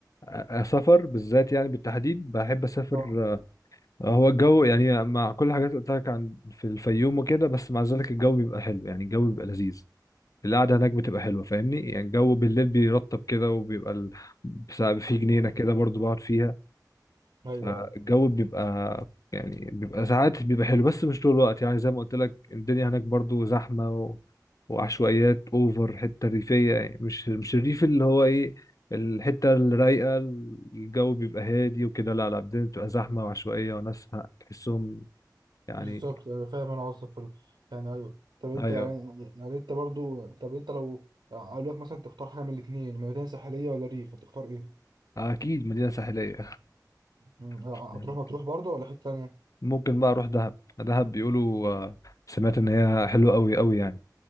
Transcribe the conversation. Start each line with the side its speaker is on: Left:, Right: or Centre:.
Left: أ- سفر بالذات يعني بالتحديد بحب اسافر
Right: اه
Left: هو الجو يعني مع كل الحاجات اللي قلت لك عن في الفيوم وكده بس مع ذلك الجو بيبقى حلو يعني الجو بيبقى لذيذ القعدة هناك بتبقى حلوة فاهمني يعني الجو بالليل بيرطب كده وبيبقى ال... بس- في جنينة
Right: ايوه
Left: كده برضو بقعد فيها
Right: ايوه
Left: فالجو بيبقى يعني بيبقى ساعات بيبقى حلو بس مش طول الوقت يعني زي ما قلت لك الدنيا هناك برضو زحمة و... وعشوائيات اوفر حتة ريفية يعني مش مش الريف اللي هو ايه الحتة الرايقة الجو بيبقى هادي وكده لا لا الدنيا بتبقى زحمة وعشوائية وناس ه- تحسهم يعني
Right: بالظبط أنا فاهم انا قصدك في ال... يعني ايوه طب انت
Left: ايوه
Right: يعني يعني انت برضو طب انت لو اقول لك مثلا تختار حاجه من الاثنين مدينه ساحليه ولا ريف هتختار ايه؟
Left: اكيد مدينة ساحلية
Right: مم، هتروح
Left: <laughs>
Right: مطروح برضو ولا حته تانيه؟
Left: ممكن بقى اروح دهب دهب بيقولوا آه، سمعت ان هي حلوة قوي قوي يعني